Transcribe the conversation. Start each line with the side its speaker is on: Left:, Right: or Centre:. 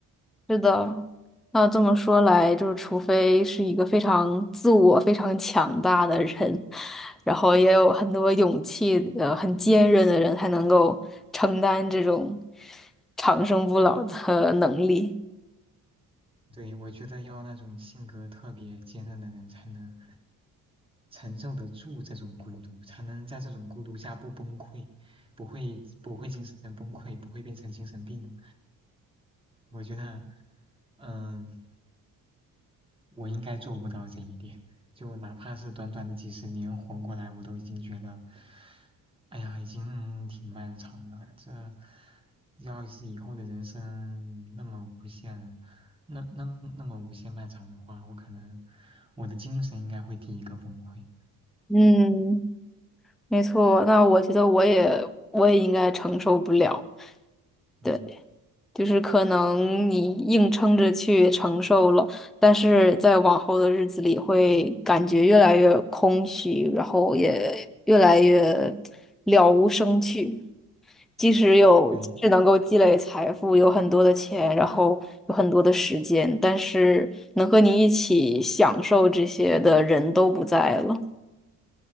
Centre: 是的，那这么说来，就是除非是一个非常自我、非常强大的人，然后也有很多勇气、呃，很坚韧的人，才能够承担这种长生不老的能力。
Right: 对，我觉得要那种性格特别坚韧的人才能承受得住这种孤独，才能在这种孤独下不崩溃，不会不会精神崩溃，不会变成精神病。我觉得，嗯，我应该做不到这一点。就哪怕是短短的几十年活过来，我都已经觉得，哎呀，已经挺漫长了。这要是以后的人生那么无限，那那那么无限漫长的话，我可能我的精神应该会第一个崩溃。
Centre: 嗯，没错。那我觉得我也我也应该承受不了。
Right: 嗯，
Centre: 对。就是可能你硬撑着去承受了，但是在往后的日子里会感觉越来越空虚，然后也越来越了无生趣。即使有，
Right: 对，
Centre: 即使能够积累财富，有很多的钱，然后有很多的时间，但是能和你一起享受这些的人都不在了。